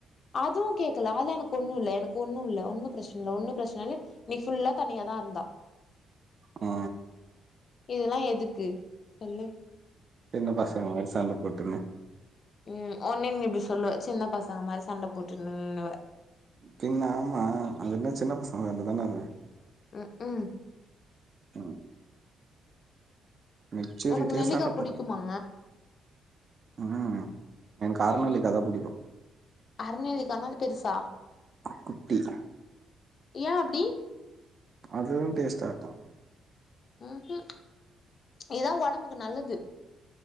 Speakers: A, on the left; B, on the right.
A: அதுவும் கேக்கல அதுல எனக்கு ஒரு ஒன்னு இல்ல எனக்கு ஒன்னும் இல்ல ஒன்னும் பிரஷ்ன இல்ல ஒன்னு பிரஷ்ன இல்ல இன்னிக் ஃபுல்லா தனியா தா இருந்தா
B: ஆ
A: இதெல்லா எதுக்கு சொல்லு
B: சின்ன பசங்க மாரி சண்ட போட்டுங்க
A: ம் ஒன்னே நீ இப்டி சொல்லுவ சின்ன பசங்க மாரி சண்ட போட்டுன்னுவ
B: பின்ன ஆமா அது என்ன சின்ன பசங்கந்து தான அது
A: ம் ம்
B: ம் மெச்சூரிட்டியா
A: உனக்கு நெல்லிக்கா
B: சண்ட போட்டுக்
A: புடிக்குமா
B: ம் ம் எனக்கு அர நெல்லிக்கா தா புடிக்கும்
A: அர நெல்லிக்கானா அந்த பெருசா
B: நா குத்திற
A: ஏன் அப்டி
B: அதுதா டேஸ்ட்டாருக்கும்
A: ம் ம் இதா ஒடம்புக்கு நல்லது